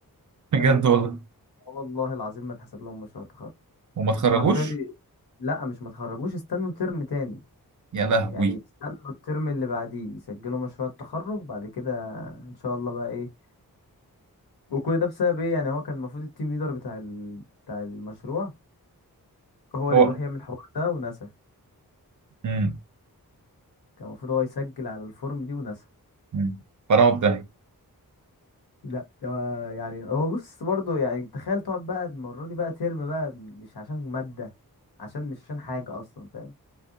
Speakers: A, on the right; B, on the left.
A: بجد
B: قال اه
A: والله
B: والله العظيم ما اتحسب لهم مشروع تخرج
A: وما اتخرجوش
B: وحرفيا لا مش ما تخرجوش استنوا ترم تاني
A: يا لهوي
B: يعني استنوا الترم اللي بعديه يسجلوا مشروع التخرج بعد كده ان شاء الله بقى ايه وكل ده بسبب ايه يعني هو كان المفروض التيم ليدر بتاع ال... بتاع المشروع هو
A: هو
B: اللي يروح يعمل الحوار ده ونسى
A: امم
B: كان المفروض هو يسجل على الفورم دي ونسى
A: أمم. فراغ ده
B: لا آه، يعني هو بص برضه يعني تخيل تقعد بقى المرة دي بقى ترم بقى مش عشان مادة عشان مش عشان حاجة أصلا فاهم